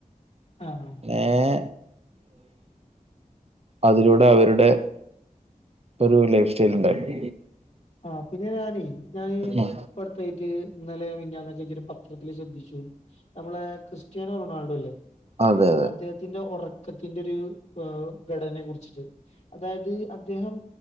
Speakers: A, on the left; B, on the right.
A: ആഹ് ആഹ്.
B: ഏ അതിലൂടെ അവരുടെ. ഒരു ലൈഫ് സ്റ്റൈൽ ഉണ്ടായിരുന്നു.
A: ആഹ പിന്നെ ഞാനെ ഞൻ.
B: അതെ
A: പ്പടുത്തായിട്ട് ഇന്നലെ മിഞ്ഞാന്നൊക്കെയ്റ്റ് ഒരു പത്രത്തിൽ ശ്രദ്ധിച്ചു. നമ്മളെ ക്രിസ്ത്യാനോ റൊണാൾഡോ ഇല്ലേ
B: അതെ
A: അദ്ദേഹത്തിന്റെ ഒറ. ക്കത്തിന്റെ ഒരു ഏ ഘടനയെ കുറിച്ചിട്ട്. അതായത് അദ്ദേഹം